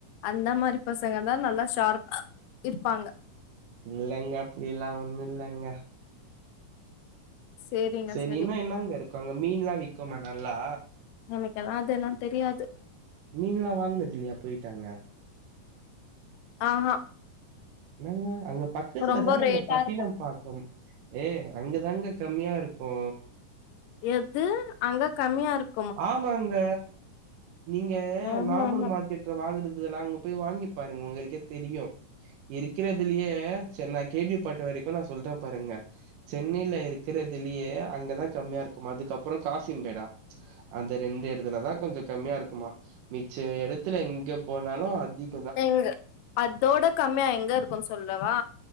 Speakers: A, on the left (about 85°); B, on the right (about 80°).
A: அந்த மாரி பசங்க தா நல்லா ஷார்பா இருப்பாங்க
B: இல்லங்க அப்புடி இல்லா ஒண்ணு இல்லங்க
A: சேரிங்க
B: செரி
A: சேரிங்க
B: இன்னு என்னங்க இருக்கு அங்க மீன்லா விக்குமா நல்லா
A: நமெக்கெல்லா அதெல்லா தெரியாது
B: மீன்ல்லா வாங்குனது இல்லையா பொயிட்டு அங்க
A: ஆ ஹா
B: என்னங்க அங்க பக்கத்துல
A: ரொம்ப
B: தானங்க
A: ரேட்டா
B: பட்டினம்
A: இருக்கு
B: பாக் கம் ஏ அங்க தானுங்க கம்மியா இருக்கு
A: எது அங்க கம்மியா இருக்கு
B: ஆமாங்க நீங்க
A: ம்ஹூ
B: நார்மல்
A: ம்ஹூ
B: மார்க்கெட் டுல வாங்குறதுக்குது எல்லா அங்க போய் வாங்கி பாருங்க உங்களுக்கே தெரியு இருக்குறதுலயே சேர் நா கேள்வி பாட்டு வரைக்கு நா சொல்றே பாருங்க சென்னையில இருக்குறதுலயே அங்கதா கம்மியா இருக்குமா அதுக்கப்பறோ காசிம்பேடா அந்த ரெண்டு எடத்துலதா கொஞ்ச கம்மியா இருக்குமா மிச்ச இடத்துல எங்க போனாலும் அதிக
A: எங்க அதோட கம்மியா எங்க இருக்குன்னு சொல்லவா